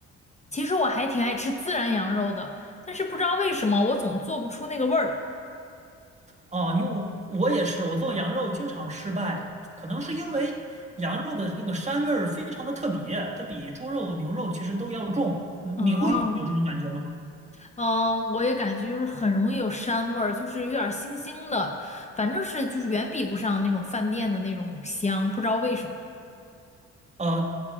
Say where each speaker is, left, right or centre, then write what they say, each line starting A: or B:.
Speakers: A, on the left (about 25°); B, on the right (about 25°).
A: 其实我还挺爱吃孜然羊肉的，但是不知道为什么我总做不出那个味儿。
B: 啊，因为我我也是，我做羊肉经常失败，可能是因为羊肉的那个膻味儿非常的特别，它比猪肉、牛肉其实都要重。嗯你会有这种感觉吗？
A: 哦，嗯，我也感觉就是很容易有膻味儿，就是有点儿腥腥的，反正是就是远比不上那种饭店的那种香，不知道为什么。
B: 呃，